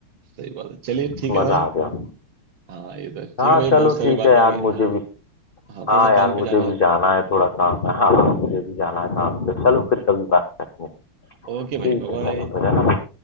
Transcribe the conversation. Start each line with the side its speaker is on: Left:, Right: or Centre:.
Right: सही बात है चलिए
Left: से
Right: ठीक
Left: मजा
Right: है भाई
Left: आ गया
Right: हाँ ये तो ठीक
Left: हाँ
Right: है भाई
Left: चलो
Right: बहुत सारी
Left: ठीक
Right: बातें
Left: है यार
Right: हो गई
Left: मुझे
Right: हाँ
Left: भी
Right: हाँ
Left: हाँ
Right: थोड़ा सा
Left: यार
Right: काम
Left: मुझे
Right: पे जाना है
Left: भी जाना है थोड़ा काम है हाँ हाँ, मुझे भी जाना है काम पे चलो फिर कभी बात करते हैं
Right: ओके भाई
Left: ठीक
Right: बाय बाय
Left: है चलो फिर है ना बाय